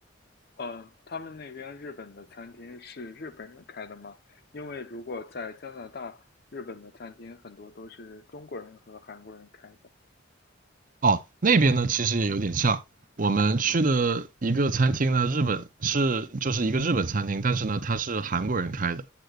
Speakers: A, on the left; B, on the right.
A: 嗯，他们那边日本的餐厅是日本人开的吗？因为如果在加拿大，日本的餐厅很多都是中国人和韩国人开的。
B: 哦，那边呢其实也有点像，我们去的一个餐厅呢，日本是就是一个日本餐厅，但是呢它是韩国人开的，